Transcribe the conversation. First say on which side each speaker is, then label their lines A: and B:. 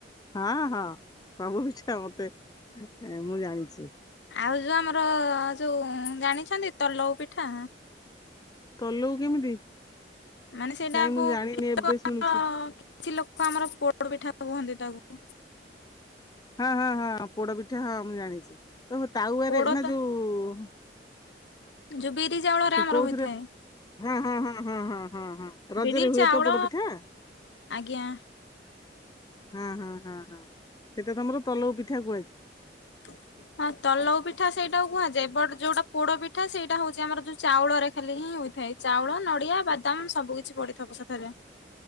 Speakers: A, on the left; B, on the left.
A: ହଁ ହଁ। କଣ କୋହୁଛ ମତେ ମୁଁ ଜାଣିଚି।
B: ଆଉ ଯୋଉ ଆମର ଯୋଉ ଜାଣିଛନ୍ତି ତଲୋଉ ପିଠା?
A: ତଲୋଉ କେମିତି?
B: ମାନେ ସେଇଟାକୁ
A: ନାଇଁ ମୁଁ ଜାଣିନି ଏବେ ଶୁଣୁଚି।
B: ଆମର କିଛି ଲୋକ ଆମର ପୋଡ ପିଠା କୁହନ୍ତି ତାକୁ।
A: ହଁ ହଁ ହଁ ପୋଡ ପିଠା ହଁ ମୁଁ ଜାଣିଚି ଓହୋ ତାୱଆରେ
B: ପୋଡ
A: ନା
B: ତ
A: ଯୋଉ
B: ଯୋଉ ବିରି ଚାଉଳରେ
A: ତୁ
B: ଆମର
A: କୋଉଥିରେ
B: ହୋଇଥାଏ।
A: ହଁ ହଁ ହଁ ହଁ ହଁ ହଁ ରଜରେ
B: ବିରି
A: ହୁଏ
B: ଚାଉଳ
A: ତ ପୋଡ ପିଠା?
B: ଆଜ୍ଞା।
A: ହୁଁ ହୁଁ ହୁଁ ହୁଁ ସେଇଟା ତମର ତଲଉ ପିଠା କୁହା
B: ତ ହଁ ତଲୋଉ ପିଠା ସେଇଟାକୁ କୁହାଯାଏ ବଟ ଯୋଉଟା ପୋଡ ପିଠା ସେଇଟା ହୋଉଚି ଆମର ଯୋଉ ଚାଉଳରେ ଖାଲି ହିଁ ହୁଇ ଥାଏ ଚାଉଳ ନଡିଆ ବାଦାମ ସବୁ କିିଛି ପଡିଥିବ ସେଥିରେ।